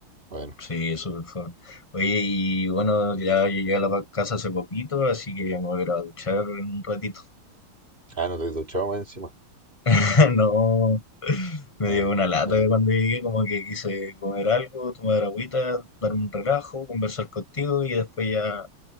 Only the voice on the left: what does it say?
Sí, es súper fome. Oye, y bueno, ya llegué a la pa- casa hace poquito, así que me voy a ir a duchar en un ratito.
<laughs> No, me
dio una lata
de cuando llegué, como que quise comer algo, tomar agüita, darme un relajo, conversar contigo y después ya